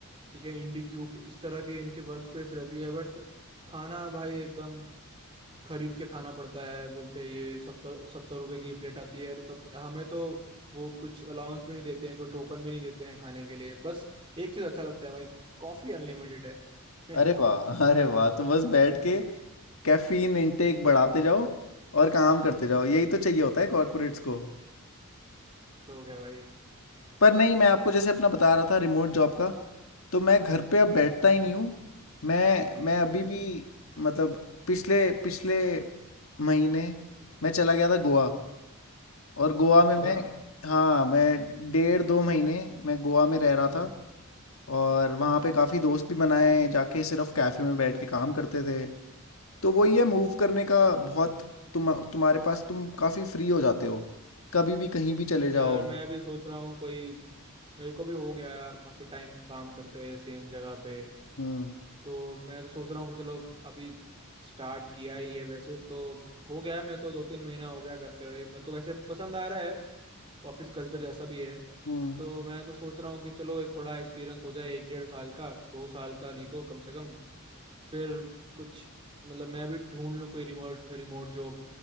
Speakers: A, on the right (about 25°); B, on the left (about 70°).
A: ठीक है इंडी क्यूब इस तरह के इनके वर्क स्पेस रहती है बट खाना भाई एकदम खरीद के खाना पड़ता है बोलते हैं ये सत्तर सत्तर रुपए की प्लेट आती है और कब हमें तो वो कुछ अलाउंस भी नहीं देते हैं कोई टोकन भी नहीं देते हैं खाने के लिए बस एक चीज अच्छा लगता है भाई कॉफी अनलिमिटेड है
B: अरे
A: <laughs>
B: वाह अरे वाह तो बस बैठ के कैफीन इनटेक बढ़ाते जाओ और काम करते जाओ यही तो चाहिए होता है कॉर्पोरेट्स को
A: तो क्या भाई
B: पर नहीं मैं आपको जैसे अपना बता रहा था रिमोट जॉब का तो मैं घर पे अब बैठता ही नहीं हूँ मैं मैं अभी
A: हम्म
B: भी मतलब पिछले पिछले महीने मैं चला गया था गोवा और गोवा
A: अच्छा
B: में मैं हाँ मैं डेढ़ दो महीने मैं गोवा में रह रहा था और वहाँ पे काफ़ी दोस्त भी बनाए जाके सिर्फ कैफ़े में बैठ के काम करते थे तो वही है मूव करने का बहुत तुम तुम्हारे पास तुम काफ़ी फ्री हो जाते हो कभी भी कहीं भी चले जाओ
A: यार मैं भी सोच रहा हूँ कोई मेरे को भी हो गया यार काफी टाइम काम करते हुए सेम जगह पे
B: हम्म
A: तो मैं तो सोच रहा हूँ कि चलो अभी स्टार्ट किया ही है वैसे तो हो गया है मेरे को दो तीन महीना हो गया करते हुए मेरे को वैसे पसंद आ रहा है ऑफिस कल्चर जैसा भी है
B: हम्म
A: तो मैं तो सोच रहा हूँ कि चलो एक थोड़ा एक्सपीरियंस हो जाए एक डेढ़ साल का दो साल का नहीं तो कम से कम फिर कुछ मतलब मैं अभी ढूंढ लूँ कोई रिमोट रिमोट जॉब